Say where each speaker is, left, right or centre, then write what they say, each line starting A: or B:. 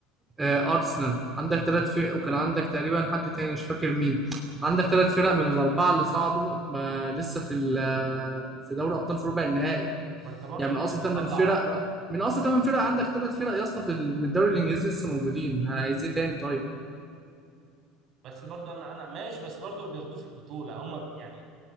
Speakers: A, on the right; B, on the right.
A: آه ارسنال عندك ثلاث فرق وكان عندك تقريبا حد تاني مش فاكر مين عندك ثلاث فرق من الاربعه اللي صعدوا ما لسه في ال- آه، في دوري ابطال في ربع النهائي
B: ما انت برضو
A: يعني
B: مين
A: من اصل
B: اللي
A: ثمان
B: طلع
A: فرق من من اصل ثمان فرق عندك ثلاث فرق يا اسطى في ال- من الدوري الانجليزي لسه موجودين عايز ايه تاني طيب
B: بس برضو انا انا ماشي بس برضو ما بياخدوش البطوله هم يعني